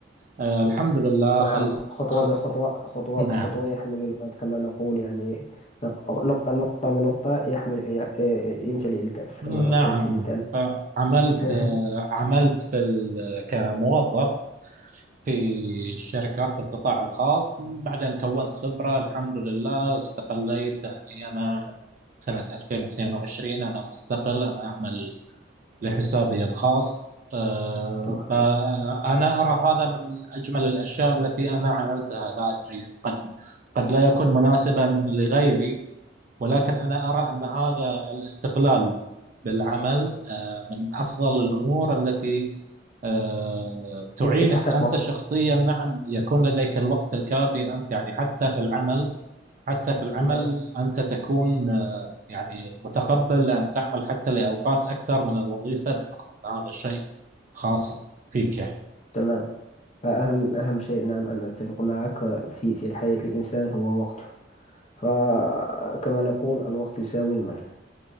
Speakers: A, on the right (about 45°); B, on the left (about 35°).
A: آه الحمد لله
B: نعم
A: خل...
B: خطوة
A: خ...
B: بخطوة خطوة
A: نعم
B: بخطوة يحمل الوقت كما نقول يعني نق- نق- نقطة بنقطة يحمل ي- يمتلئ الكأس
A: نعم
B: كما نقول في مثال
A: عملت
B: <laughs>
A: عملت في ال... كموظف في الشركات في القطاع الخاص بعدين كونت خبرة الحمد لله استقليت يعني أنا من سنة 2022 أنا مستقل أنا أعمل لحسابي الخاص آه،
B: تبارك
A: فأنا
B: الله
A: أرى هذا من أجمل الأشياء التي أنا عملتها لا أدري قد قد لا يكون مناسبا لغيري ولكن أنا أرى أن هذا الاستقلال بالعمل آه، من أفضل الأمور التي آه، تعينك
B: يمكن تحقيقه
A: أنت شخصيا نعم يكون لديك الوقت الكافي أنت يعني حتى في العمل حتى في العمل
B: نعم
A: أنت تكون آه، يعني متقبل أن تعمل حتى لأوقات أكثر من الوظيفة بحكم أن هذا الشيء خاص فيك يعني
B: تمام فأهم أهم شيء نعم أنا أتفق معك في في حياة الإنسان هو وقته فكما نقول الوقت يساوي المال